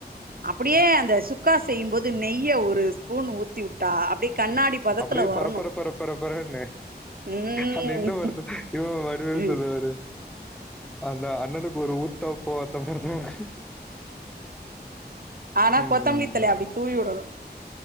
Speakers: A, on the right; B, in the centre.
A: அப்டியே அந்த சுக்கா செய்யும்போது நெய்ய ஒரு ஸ்பூன் ஊத்தி உட்டா அப்டியே கண்ணாடி பதத்துல
B: அப்படியே
A: வரணு
B: பரப்பரப்பரப்பரப்பரன்னு
A: ம்
B: அந்த இந்த படத்தல இவ வடிவேல்
A: ம்
B: சொல்லுவாரு அந்த அண்ணனுக்கு ஒரு ஊத்தாப்போ அந்த மாரிதா இரு
A: ஆனா
B: ம்.
A: கொத்தமல்லிதலைய அப்படி தூவி உடணு